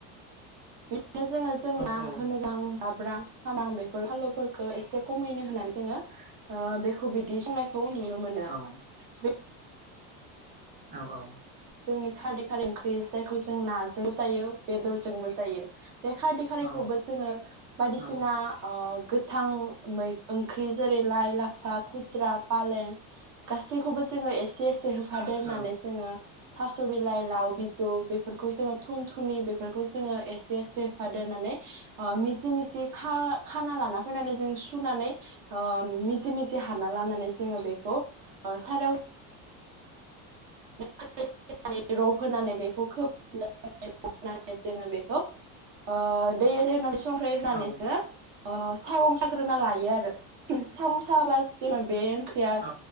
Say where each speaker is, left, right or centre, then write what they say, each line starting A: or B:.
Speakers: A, on the right (about 55°); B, on the right (about 25°).
A: बिदिनो जोङो जोंना
B: औ औ
A: होनो नां जाब्रां सामब्रां फानलुफोरखौ एसे खमैनो होनानै जोंङो ओ बेखौ बिदि संनाय खौ नुनो मोनो
B: औ
A: बे
B: औ औ
A: जोंनि खारदै खार ओंख्रि जायखौ जों नाजों जायो बेदरजोंबो जायो। बे खारदै खारैखौबो
B: औ
A: जोङो बायदिसिना
B: औ
A: ओ, गोथां मै ओंख्रि जेरै लाय-लाफा खुद्रा फालें गासैखौबो जोंङो एसे एसे होफादेरनानै
B: औ
A: जोंङो थास' बिलाइ लाव बिजौ बेफोरखौ जोङो थुन थुनि बेफोरखौ जोङो एसे एसे होफादेरनानै मिजि मिजि खाना लाना फैनानै जों सुनानै ओ मिजि मिजि हाबा लानानै जोङो बेखौ सारायाव
B: <inaudible>
A: <unintelligible> रफ होनानै बेखौ खोबनानै खोबनानै जोङो बेखौ ओ दै आरि होनानै संख्रै होनानैसो
B: औ
A: ओ सागं साग्रोना लायो आरो सागं साबा जोङो बे ओंख्रिया
B: औ